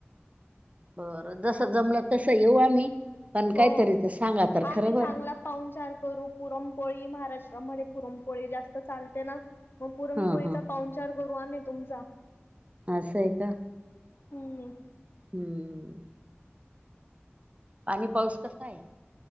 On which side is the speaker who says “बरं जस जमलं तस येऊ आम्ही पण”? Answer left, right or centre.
Right